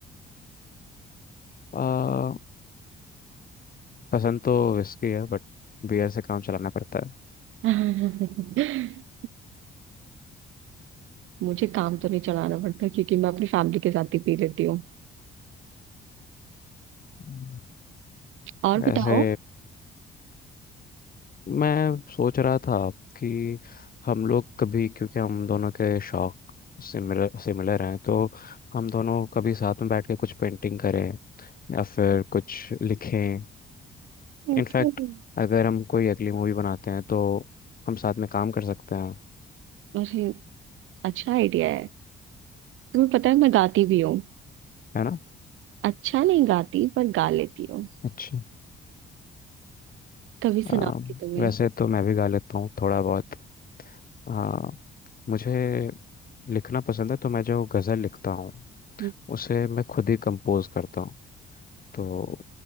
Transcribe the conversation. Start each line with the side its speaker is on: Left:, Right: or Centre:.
Left: आ, पसंद तो विस्की है बट बियर से काम चलाना पड़ता है
Right: नहीं मुझे काम तो नहीं चलाना पड़ता क्योंकि मैं अपनी फैमिली के साथ ही पी लेती हूँ
Left: हम्म।
Right: और
Left: वैसे
Right: बताओ
Left: मैं सोच रहा था कि हम लोग कभी क्योंकि हम दोनों के शौक सिमिलर सिमिलर हैं तो हम दोनों कभी साथ में बैठ के कुछ पेंटिंग करें या फिर कुछ लिखें
Right: Okay.
Left: इनफैक्ट अगर हम कोई अगली मूवी बनाते हैं तो हम साथ में काम कर सकते हैं
Right: अरे अच्छा आइडिया है तुम्हें पता है मैं गाती भी हूँ
Left: है ना
Right: अच्छा नहीं गाती पर गा लेती हूँ
Left: अच्छा
Right: कभी सुनाओ
Left: आ,
Right: कि तुम्हें
Left: वैसे तो मैं भी गा लेता हूँ थोड़ा बहुत हाँ मुझे लिखना पसंद है तो मैं जो गज़ल लिखता हूँ
Right: मैं
Left: उसे मैं खुद ही कंपोज करता हूँ तो